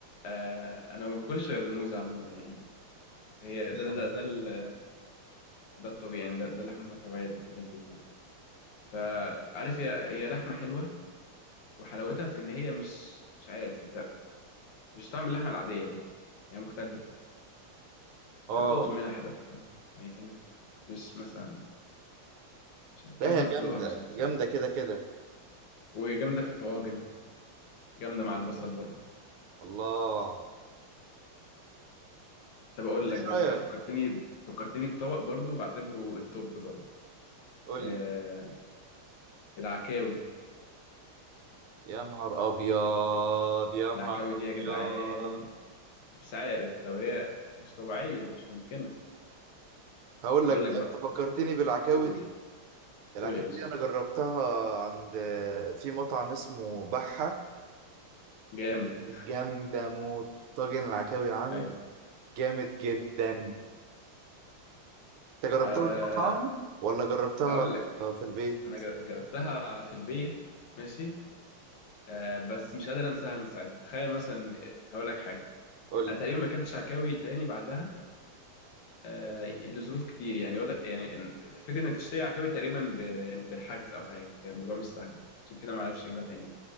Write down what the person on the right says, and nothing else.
نعم.
اه
لا
هي
جامده
جامده كده كده
الله
ايه
رايك
قول
لي
يا نهار ابيض يا نهار
ابيض
هقول لك
بقى
انت فكرتني بالعكاوي
دي العكاوي
دي انا جربتها عند في مطعم اسمه بحة
جامدة موت طاجن العكاوي عند
جامد جدا انت جربتها
في مطعم ولا جربتها
في البيت
قول لي